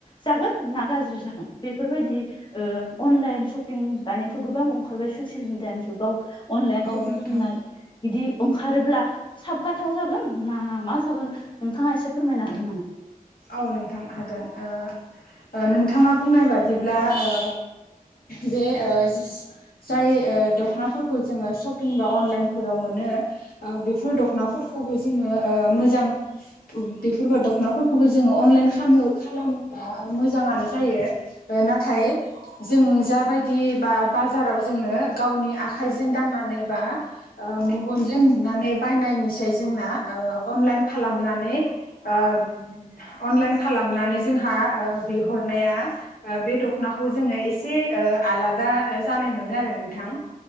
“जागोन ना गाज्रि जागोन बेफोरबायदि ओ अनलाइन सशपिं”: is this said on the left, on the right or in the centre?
Left